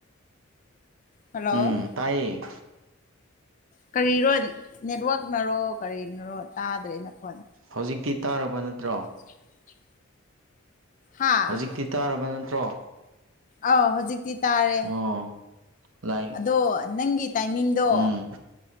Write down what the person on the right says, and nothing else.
ꯎꯝ ꯇꯥꯏꯌꯦ
ꯍꯧꯖꯤꯛꯇꯤ ꯇꯥꯔꯕ ꯅꯠꯇ꯭ꯔꯣ
ꯍꯧꯖꯤꯛꯇꯤ ꯇꯥꯔꯕ ꯅꯠꯇ꯭ꯔꯣ
ꯑꯣ ꯂꯥꯏ
ꯎꯝ